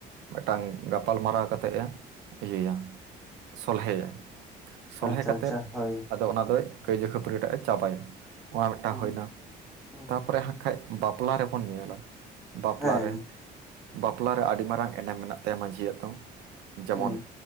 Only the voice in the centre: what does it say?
ᱟᱪᱪᱷᱟ
ᱟᱪᱪᱷᱟ ᱦᱳᱭ
ᱦᱩᱸ
ᱦᱩᱸ
ᱦᱮᱸ
ᱦᱩᱸ